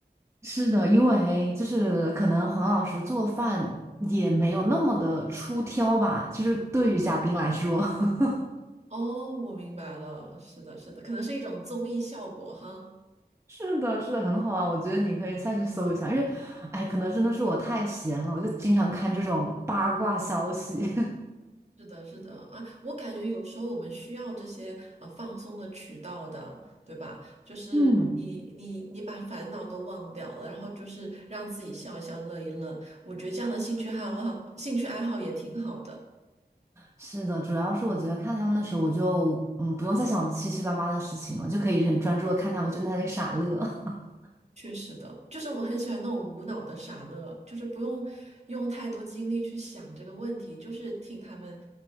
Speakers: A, on the right (about 15°); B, on the right (about 40°).
A: 是的，因为就是可能黄老师做饭也没有那么的出挑吧，就是对于嘉宾来说，<laughs>
B: 哦，我明白了，是的，是的，可能是一种综艺效果哈。
A: 是的，是的，很好啊，我觉得你可以下去搜一下，因为，哎，可能真的是我太闲了，我就经常看这种八卦消息。
B: 是的，是的啊，我感觉有时候我们需要这些呃放松的渠道的，对吧？就是你你你把烦恼都忘掉了，
A: <laughs> 嗯，
B: 然后就是让自己笑一笑、乐一乐，我觉得这样的兴趣爱好、兴趣爱好也挺好的。
A: 是的，主要是我觉得看他们的时候，我就嗯不用再想七七八八的事情了，就可以很专注的看他们就在那里傻乐。<laughs>
B: 确实的，就是我很喜欢那种无脑的傻乐，就是不用用太多精力去想这个问题，就是听他们